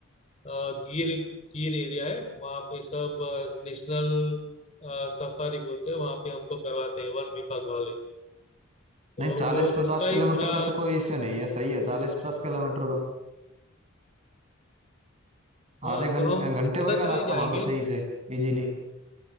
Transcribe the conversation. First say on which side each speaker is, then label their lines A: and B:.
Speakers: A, on the left (about 30°); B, on the right (about 30°).
A: अ, गिर गिर एरिया है वहां पे सब नेशनल सफारी बोलते हैं वहां पे हमको करवाते हैं वन विभाग वाले तो
B: नहीं चालीस
A: वो
B: पचास
A: उसका ही
B: किलोमीटर
A: पूरा
B: का तो कोई इश्यू नहीं है सही है चालीस पचास किलोमीटर तो
A: हाँ
B: आधे घंटे
A: तो हम
B: घंटे
A: उधर
B: भर का
A: चले
B: रास्ता
A: जाएंगे
B: मान लो सही से इजीली